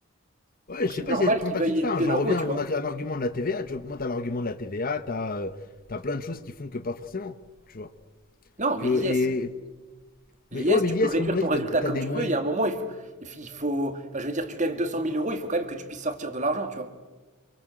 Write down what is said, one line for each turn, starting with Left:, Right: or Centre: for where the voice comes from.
Left: Ouais,
Right: Donc
Left: je sais
Right: c'est
Left: pas
Right: normal
Left: si c'est tant
Right: qu'ils
Left: taxé
Right: veuillent
Left: que ça.
Right: éluder
Left: hein. J'en
Right: l'impôt
Left: reviens
Right: tu
Left: à mon
Right: vois.
Left: ar- un argument de la TVA. Tu vois, pour moi, t'as l'argument de la TVA, t'as euh, t'as plein de choses qui font que pas forcément. Tu vois.
Right: Non mais
Left: Que,
Right: l'IS,
Left: et...
Right: l'IS
Left: Mais ouais, mais
Right: tu
Left: l'IS,
Right: peux réduire
Left: comme on l'a
Right: ton
Left: dit,
Right: résultat
Left: t'as t'as
Right: comme
Left: des
Right: tu
Left: moyens.
Right: veux. Il y a un moment il faut, il faut, enfin, je veux dire tu gagnes 200 000 euros il faut quand même que tu puisses sortir de l'argent tu vois.